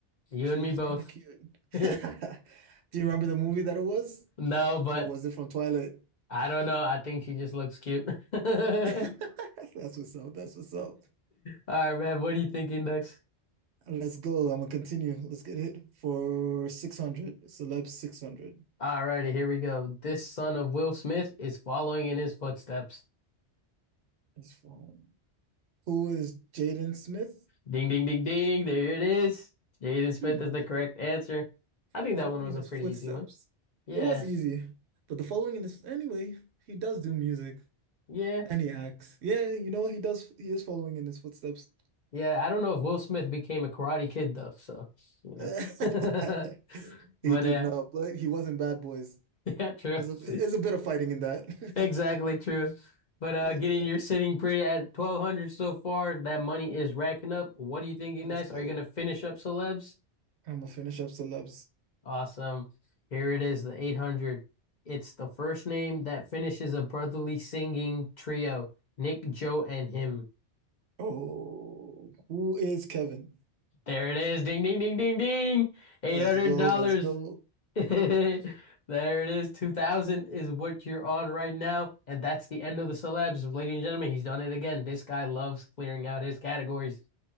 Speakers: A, on the left; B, on the right.
A: You
B: She
A: and me
B: is
A: both.
B: kind of cute.
A: <laughs>
B: <laughs> Do you remember the movie that it was?
A: No, but
B: Or was it from Twilight?
A: I don't know. I think she just looks cute. <laughs> All right,
B: <laughs> That's what's up. That's what's up.
A: man. What are you thinking next?
B: Let's go. I'm gonna continue. Let's get hit for 600. Celeb 600.
A: Alrighty, here we go. This son of Will Smith is following in his footsteps.
B: It's phone. Who is Jaden Smith?
A: Ding, ding, ding, ding. There it is. Jaden Smith
B: Hmm.
A: is the correct answer. I think
B: following
A: that one was
B: in
A: a
B: his
A: pretty
B: footsteps.
A: easy one. Yeah,
B: It was easy, but the following in his anyway, he does do music
A: yeah,
B: and he acts. Yeah, you know, he does he is following in his footsteps.
A: yeah. I don't know if Will Smith became a Karate Kid though, so you know.
B: <laughs>
A: <laughs>
B: He
A: But
B: did
A: uh,
B: not, but he wasn't Bad Boys.
A: yeah, true.
B: There's a there's
A: <laughs>
B: a bit of fighting in that.
A: Exactly
B: <laughs>
A: true. But uh,
B: Yeah,
A: getting you're sitting pretty at 1200 so far. That money is racking up. What are you thinking
B: let's
A: next?
B: go.
A: Are you gonna finish up celebs?
B: I'm gonna finish up celebs.
A: Awesome. Here it is, the 800. It's the first name that finishes a brotherly singing trio, Nick, Joe, and him.
B: Oh, who is Kevin?
A: There it is. Ding, ding, ding, ding, ding. $800.
B: Let's go, let's go.
A: <laughs> There it is. 2000 is what you're on right now. And that's the end of the celebs. Ladies and gentlemen, he's done it again. This guy loves clearing out his categories.